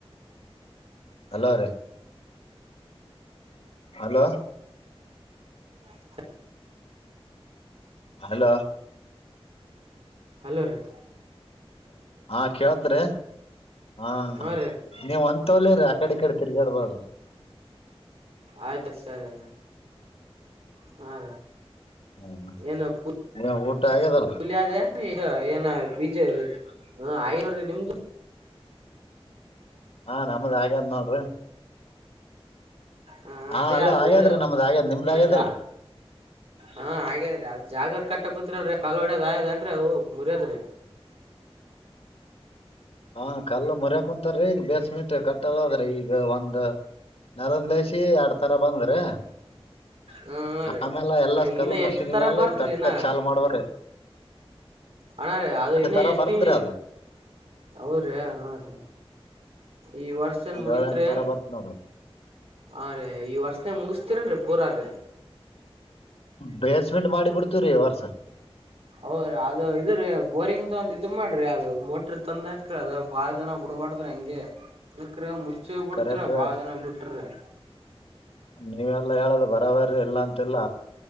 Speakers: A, on the left; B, on the right.
A: ಅಲೋ ರೀ ಅಲೋ
B: ನಾಚಿಕೆ
A: ಅಲ
B: ಹಲೋ ರ
A: ಹಾ ಕೇೇಳತ್ರಿ ಹ
B: ಹಾ
A: ನೀವ್ ಒಂತೋಲರಿೀ ಆ ಕಡೆ ಈ ಕಡೆ ತಿರ್ಗಾಡ್ಬಾರ್ರಿ
B: ಆಯ್ತತ್ ಸರ್. ಹಾ ರ
A: ಹ್ಮ
B: ಏನುದ.
A: ಊಟ ಆಗ್ಯದಲ್ರಿ
B: ಈಗ ಏನ ಬೀಜ ಹ ಆ ನೋಡ್ರಿ ನಿಮ್ದು
A: ಹಾ ನಮದ್ ಹಾಗದ್ ನೋಡ್ರಿ
B: ಹಾಾ ಹ್ಮ
A: ಹಾ
B: ಅದೇ
A: ಅಲೋ
B: ಅದು
A: ಆಗ್ಯದ್ರಿ
B: ಇದು
A: ನಮ್ದ್ ಆಗ್ಯದ್ ನಿಮ್ದ್ ಆಗ್ಯದಲ್ರಿ
B: ಅಜ್ಜ ಹ ಹಾಗಾದ್ರಿ ಅ ಜಾಗ ಕಟ್ಟ ಕುೂತ್ರಿಲ್ರಿ ಕಾ ಹೊಡ್ಯದ್ ಆಯದೇನ್ರೀ ಹ ಮುರಿ್ಯತ್ರಿ
A: ಹಾ ಕಲ್ಲು ಮುರಿ್ಯಕ ಕುಂತಾರೀ ಈಗ ಬೇಸ್ಮೆಂಟ್ ಕಟ್ಟದದ್ರಿ ಈಗ ಒಂದ್ ನೆಲದ ದಸಿ ಎರಡ್ ತರ ಬಂದ್ರೆ
B: ಹಾ ರೀ
A: ಆಮೇಲೆ ಎಲ್ಲಾ ಸ್ಕಲ್ಲ
B: ಇನ್ನ
A: ಮುಸಿದ
B: ಎಷ್ಟ್ ತರ
A: ಮ್ಯಾಲ
B: ಬರ್ತ್ರಿ
A: ಈ ಕಟ್ಟ
B: ಇನ್ನ
A: ಚಾ ಮಾಡುವಾರ
B: ಅಣ್ಣ ರ ಅದು ಇನ್ನ
A: ತರ
B: ಎಷ್ಟಿನ.
A: ಬರ್ತ್ರಿ ಅದ
B: ಹೌದ್ರೀ ಹ ರೀ. ಈ ವರ್ಷನ ಮುಗತ್್ರೆ
A: ಏಳ ಎಂಟ ತರ ಬರ್ತ್ ನೋಡ್ರಿ
B: ಆ ರೆ ಈ ವರ್ಷ. ಮುಗಿಸತರನ್ೀ ಪರಾರ.
A: ಬೇಸ್ಮೆಂಟ್ ಮಾಡಿ ಬಿಡ್ತವ್ರೀ ವರ್ಸ.
B: ಹೌದ್ರೀ ಅದು ಇದ್ರೀ ಬೋರಿಂಗ್್ದ ಒಂದ ಇದ್ ಮಾಡ್ರಿ ಅದು ಮೋಟ್ರ ತಂದಾಕ್ರಿ ಅದ ಬಾಳ ಜನ ಬಿಡಬ. ತ್ರ ಹಂಗೆ ಅಕ್ರ ಮುಚ್ಚ ಬಿಡ್ತರ
A: ಕರೆಕ್ಟ್
B: ಬಾಳ ಜನ ಬಿಟ್ರಿ.
A: ನೀವ. ಎಲ್ಲ ಹೇಳದ ಬರಬರಿ ಎಲ್ಲ ಅಂತೆಲ್ಲ